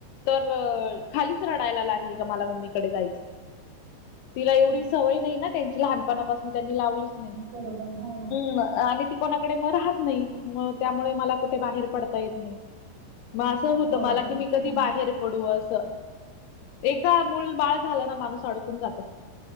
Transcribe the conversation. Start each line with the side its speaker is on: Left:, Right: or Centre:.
Left: तर खालीच रडायला लागली का मला मम्मीकडे जायचं
Right: हं.
Left: तिला एवढी सवय नाही ना त्यांची लहानपणापासून त्यांनी लावलीच नाही
Right: बरोबर हो
Left: हम् आणि त कोणाकडे म राहत नाही मग त्यामुळे मला कुठे बाहेर पडता येत नाही मग असं होतं
Right: बरोबर
Left: मला की मी
Right: हं.
Left: कधी बाहेर पडू असं एकदा मूल बाळ झालं ना माणूस अडकून जात